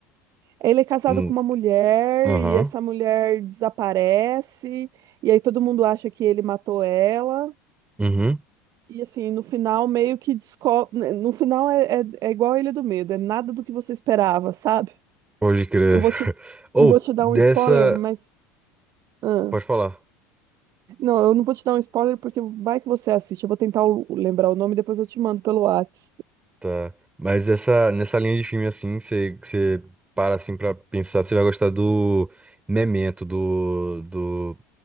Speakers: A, on the right; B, on the right.
A: ele é casado
B: Hum,
A: com uma mulher
B: Aham.
A: e essa mulher desaparece, e aí todo mundo acha que ele matou ela.
B: Uhum.
A: E assim, no final meio que descobre. No final é, é, é igual a Ilha do Medo, é nada do que você esperava, sabe?
B: Pode crer.
A: Não vou te,
B: <laughs> Ou,
A: não vou te dar
B: dessa.
A: um spoiler, mas. ah,
B: Pode falar.
A: não, eu não vou te dar um spoiler porque vai que você assiste. Eu vou tentar o- lembrar o nome e depois eu te mando pelo Whats.
B: Tá. Mas essa, nessa linha de filme assim, você você para assim pra pensar, você vai gostar do Memento, do, do,